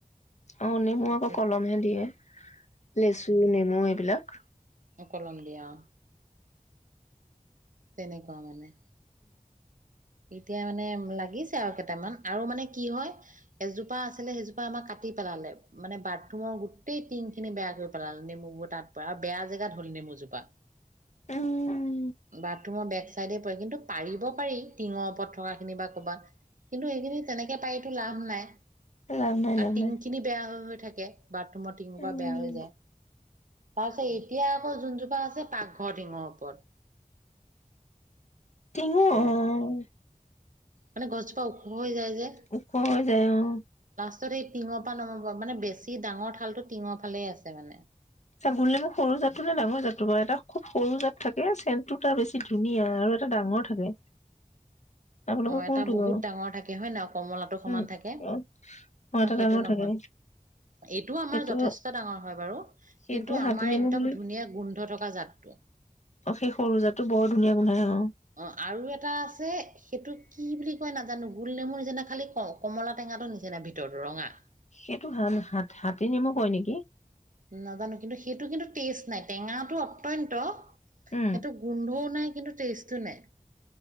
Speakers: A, on the left; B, on the right.
A: অ নিমু আকৌ
B: এতিয়া
A: কলমহে দিয়ে। লেচু, নেমু- এইবিলাক-
B: কলম দিয়ে অ। তেনেকুৱা মানে। এতিয়া মানে লাগিছে আৰু কেইটামান আৰু মানে কি হয়, এজোপা আছিলে সেইজোপা আমাক কাটি পেলালে, মানে বাথৰুমৰ গোটেই টিং খিনি বেয়া কৰি পেলালে, নেমুবোৰ তাৰ পৰা আৰু বেয়া জেগাত হ'ল নেমু জোপা।
A: উম
B: বাথৰুমৰ বেক বেক চাইডে পৰে কিন্তু পাৰিব পাৰি। টিঙৰ ওপৰত থকা খিনি বা ক'ৰবাত কিন্তু এইখিনি তেনেকে পাৰি টো লাভ নাই।
A: লাভ নাই লাভ
B: আৰু টিংখিনি
A: নাই
B: বেয়া হৈ-হৈ থাকে। <unintelligible> বাথৰুমত টিঙহোপা
A: উম
B: বেয়া হৈ যায়। ছে এতিয়া আকৌ যোনজোপা আছে পাকঘৰ টিঙৰ ওপৰত।
A: টিঙো
B: পৰে মানে।
A: অ
B: মানে গছজোপা ওখ হৈ যায় যে।
A: উখ হৈ যায় অ।
B: <unintelligible> টিঙৰ পৰা নমাব মানে বেছি সি ডাঙৰ ঠালটো টিঙৰ ফালে আছে মানে।
A: ছা গোলনেমু সৰু জাতটো নে ডাঙৰ জাতৰ বাৰু? এটা খুব সৰু জাত থাকে চেণ্টটো তাৰ বেছি ধুনীয়া আৰু এটা ডাঙৰ থাকে। আপোনালোকৰ
B: অ এটা
A: কোনটো
B: বহুত
A: বাৰু
B: ডাঙৰ থাকে হয়ে নাই, কমলাতো সমান
A: উম
B: থাকে?
A: অ অ
B: ন
A: এটা
B: সেইটো
A: ডাঙৰ
B: নহয়।
A: থাকে
B: এইটো আমাৰ
A: সেইটো
B: যথেষ্ট ডাঙৰ হয় বাৰু।
A: সেইটো
B: কিন্তু
A: হাতী
B: আমাৰ
A: নেমু
B: একদম
A: বুলি।
B: ধুনীয়া গোন্ধ থকা জাতটো।
A: অ' সেই সৰু যাতটো বৰ ধুনীয়া গোন্ধাই। অ
B: অ আৰু এটা আছে সেইটো কি বুলি কয় নাজানো গোল নেমুৰ নিচিনা খালি ক কমলা টেঙা নিচিনা ভিতৰত ৰঙা।
A: সেইটো হ হাত হাতী নেমু কয় নেকি?
B: নাজানো কিন্তু সেইটো কিন্তু টেষ্ট নাই টেঙাটো অত্যন্ত
A: উম
B: সেইটো গোন্ধও নাই। কিন্তু টেষ্টটো নাই।